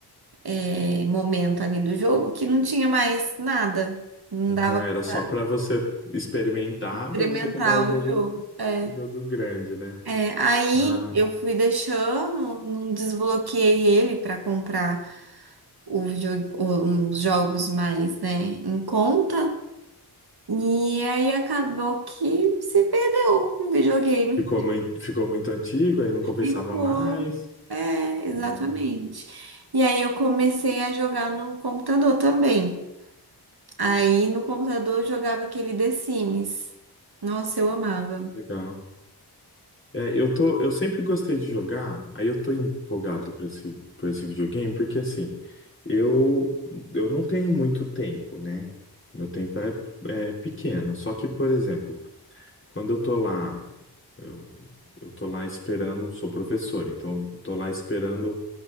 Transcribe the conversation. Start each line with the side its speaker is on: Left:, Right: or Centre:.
Right: eh, momento ali do jogo que não tinha mais nada. Não
Left: Aham,
Right: dava
Left: era
Right: pra
Left: só pra você experimentar,
Right: experimentar
Left: pra você comprar o jogo,
Right: o jogo. É.
Left: o jogo grande, né?
Right: É, aí
Left: Ah,
Right: eu fui deixando, não desbloqueei ele para comprar o video- o- os jogos mais, né, em conta. E aí acabou que se perdeu o videogame.
Left: ficou muito, ficou muito antigo, aí não compensava
Right: Ficou.
Left: mais.
Right: É, exatamente.
Left: Ah,
Right: E aí eu comecei a jogar no computador também. Aí no computador eu jogava aquele The Sims. Nossa, eu amava
Left: legal. É, eu tô, eu sempre gostei de jogar, aí eu tô empolgado pra esse, pra esse videogame, porque assim, eu, eu não tenho muito tempo, né? Meu tempo é, é pequeno. Só que, por exemplo, quando eu tô lá, eu, eu tô lá esperando, sou professor, então eu tô lá esperando